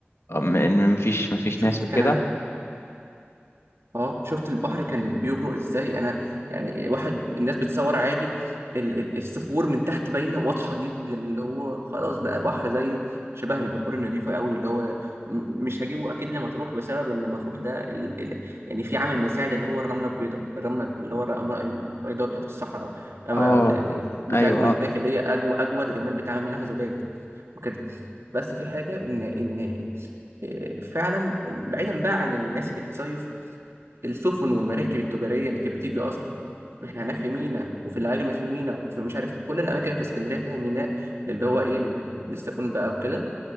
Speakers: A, on the left; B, on the right.
A: م- م- مفيش مفيش
B: شفت
A: ناس وكده
B: كان اه شفت البحر كان بيبرق ازاي انا يعني واحد الناس بتصور عادي ال- ال- الصخور من تحت باينه واضحه جدا اللي هو خلاص بقى بحر زيه شبه البحور النظيفه قوي اللي هو م- مش هجيبه اكيد لمطروح بسبب ان مطروح ده ال... ال... يعني في عامل مساعد اللي هو الرمله البيضاء الرمله اللي هو الرمله البيضاء بتاعت الصحراء أما- او
A: اه
B: يعني بتاعتهم
A: ايوه
B: هناك
A: اه
B: اللي هي اجود اجود رمال بيتعمل منها زجاج وكده بس في حاجه ان ان آه، فعلا بعيدا بقى عن الناس اللي بتصيف السفن والمراكب التجارية اللي كانت بتيجي أصلا إحنا هناك في ميناء وفي العجم في ميناء وفي مش عارف كل الأماكن في اسكندرية فيها ميناء اللي هو إيه لل- للسفن بقى وكده